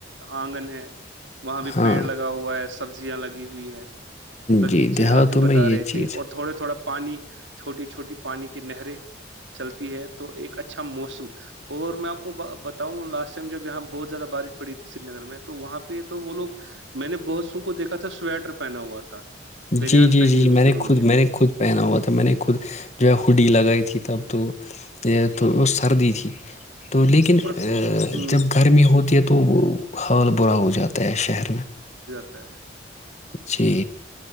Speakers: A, on the right (about 85°); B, on the left (about 35°).
A: آنگن ہے وہاں بھی
B: ہاں
A: پیڑ لگا ہوا ہے سبزیاں لگی ہوئی ہے باغیچے
B: جی دیہاتوں
A: ہیں آپ جو بتا
B: میں یہ
A: رہے
B: چیز
A: تھے اور تھوڑے تھوڑا پانی چھوٹی چھوٹی پانی کی نہریں چلتی ہے تو ایک اچ اچھا موسم اور میں آپ کو بتاؤں لاسٹ جب یہاں بہت زیادہ بارش پڑیھی سری نگر میں تو وہاں پہ تو وہ لوگ میں نے بہت سو کو دیکا تھا سویٹر پہنا ہوا تھا بنیان
B: جی جی
A: پہنی
B: جی جی
A: ہوئی
B: میں
A: تھی
B: نے
A: انہوں
B: خود میں نے خود پہنا ہوا تھا میں نے خود جو ہے ہڈی لگائی تھی تب تو یہ تو وہ سردی تھی تو لیکن
A: اور ہ
B: جب گرمی ہوتی ہے تو تو وہ حال برا ہو جاتا ہے ختس شہر میں
A: تو
B: جی